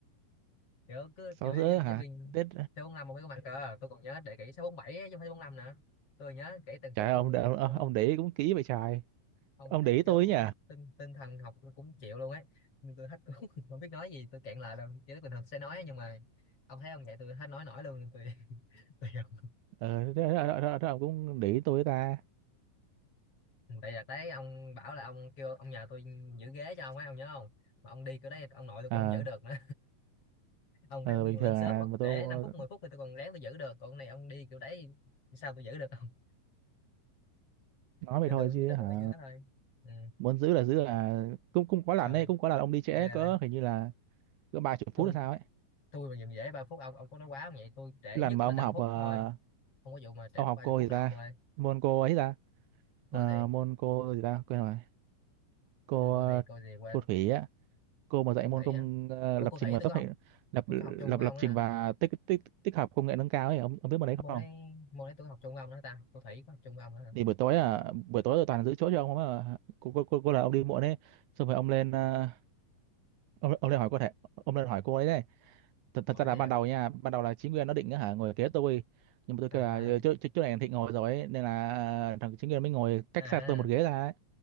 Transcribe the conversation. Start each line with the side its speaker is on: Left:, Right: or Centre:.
Left: kiểu cứ
Right: sáu
Left: chửi
Right: rưỡi
Left: giáo giáo
Right: hả
Left: viên
Right: Tết
Left: 6 năm ông mới có mặt cơ tôi còn nhớ để kỹ sáu bốn bảy chứ không phải bốn năm nữa tôi nhớ kỹ từng
Right: trời
Left: phút
Right: ơi,
Left: luôn
Right: ông để- ông,
Left: ông
Right: ông để ý cũng kỹ vậy trời
Left: không
Right: ông
Left: thấy
Right: để ý
Left: kiểu
Right: tôi ấy nhỉ
Left: tinh tinh thần học tôi cũng chịu luôn ấy nhưng tôi hết cũng <laughs> không biết nói gì tôi cạn lại là kiểu bình thường sẽ nói ấy, nhưng mà ông thấy ông vậy tôi hết nói nổi luôn nên tôi <laughs> tôi không.
Right: ờ thế, thế, thế, thế, thế ông cũng để ý tôi ấy ta
Left: tại là đấy ông bảo là ông kêu ông nhờ tôi giữ ghế cho ông ấy ông nhớ không mà ông đi cái đấy ông nội tôi cũng
Right: ờ
Left: không giữ được nữa <laughs> ông
Right: ờ,
Left: phải ông đi
Right: bình
Left: lên
Right: thường
Left: sớm
Right: à
Left: hoặc
Right: mà
Left: trễ
Right: tôi
Left: 5 phút 10 phút thì tôi còn ráng tôi giữ được còn ông này ông đi kiểu đấy sao tôi giữ được không <laughs>
Right: nói vậy
Left: nên
Right: thôi
Left: tôi
Right: chứ
Left: nên
Right: hả
Left: tôi mới nhớ thôi ừ.
Right: muốn giữ là giữ là cũng cũng có
Left: trời
Right: lần đấy cũng có lần ông đi trễ
Left: ghê
Right: cỡ
Left: vậy
Right: hình như là cỡ ba chục
Left: tôi
Right: phút hay sao ấy
Left: tôi mà dùm dễ ba phút ông ông có nói quá không vậy tôi trễ
Right: cái
Left: nhất
Right: lần mà
Left: là
Right: ông
Left: 5
Right: học
Left: phút
Right: ờ,
Left: thôi không có vụ mà trễ
Right: ông
Left: mất
Right: học
Left: 30
Right: cô
Left: phút
Right: gì
Left: đâu
Right: ta
Left: ông ơi
Right: môn cô ấy ta
Left: cô
Right: Ờ,
Left: gì
Right: môn cô gì ta quên rồi cô
Left: quên cô
Right: ờ,
Left: gì cô gì quên
Right: cô Thủy á cô mà dạy
Left: cô
Right: môn
Left: thủy
Right: công
Left: hả
Right: ờ,
Left: ủa
Right: lập
Left: cô
Right: trình
Left: thủy
Right: và
Left: tôi
Right: tích
Left: có học
Right: hợp lập
Left: tôi có học chung
Right: lập
Left: với
Right: lập
Left: ông đó
Right: trình
Left: hả
Right: và tích tích tích hợp công nghệ nâng cao ấy ông ông biết môn đấy
Left: môn
Right: không
Left: đấy môn đấy tôi học chung với ông đó ta cô thủy có học chung với ông đó hả
Right: thì buổi tối à buổi tối tôi toàn giữ chỗ cho ông mà cô cô cô, cô là ông đi muộn đấy xong rồi ông lên ờ, ông, ông lên hỏi cô thể ông lên hỏi cô ấy đấy thật, thật
Left: hỏi
Right: ra là
Left: gì
Right: ban
Left: không
Right: đầu nha ban đầu là chính nguyên nó định á hả ngồi kế tôi nhưng mà tôi
Left: à
Right: kêu là chỗ chỗ chỗ này thịnh ngồi rồi ấy, nên là ờ, thằng chính nguyên mới ngồi cách
Left: à
Right: xa tôi một
Left: à.
Right: ghế ra ấy.